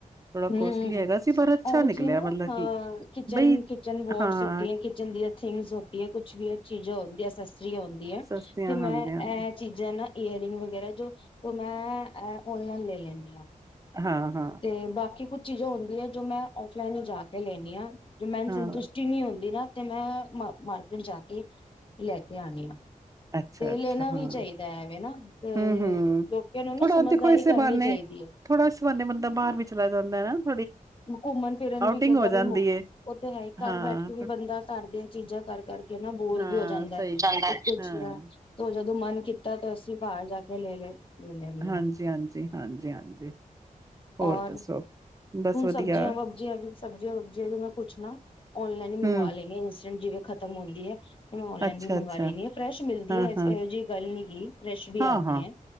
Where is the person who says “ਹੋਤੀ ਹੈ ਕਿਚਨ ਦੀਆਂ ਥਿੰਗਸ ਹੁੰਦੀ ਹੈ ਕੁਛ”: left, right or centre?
Left